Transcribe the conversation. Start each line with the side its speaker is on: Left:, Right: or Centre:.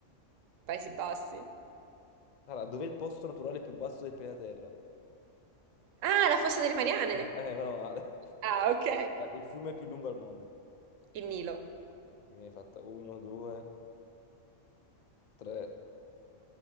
Right: Paesi Bassi.
Left: Allora, dov'è il posto naturale più basso del pianeta Terra?
Right: Ah, la Fossa delle Mariane,
Left: Eh, eh, meno male.
Right: ah, ok,
Left: Ah, Il fiume più lungo al mondo.
Right: il Nilo.
Left: Ok, quindi hai fatto uno, due, tre.